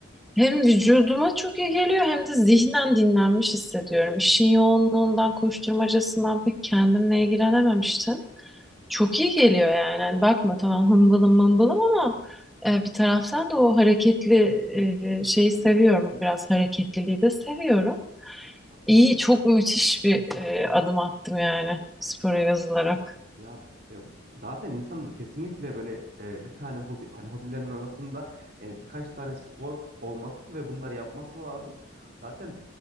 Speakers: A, in the centre; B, on the right (about 50°).
A: Hem vücuduma çok iyi geliyor hem de zihnen dinlenmiş hissediyorum. İşin yoğunluğundan, koşturmacasından pek kendimle ilgilenememiştim. Çok iyi geliyor yani. Hani bakma tamam hımbılım mımbılım ama e, bir taraftan da o hareketli e, şeyi seviyorum. Biraz hareketliliği de seviyorum.
B: <laughs>
A: İyi, çok müthiş bir e, adım attım yani spora yazılarak.
B: Ya e, zaten insanın kesinlikle böyle e, bir tane hobi hani hobilerin arasında yani birkaç tane spor olması ve bunları yapması lazım. Zaten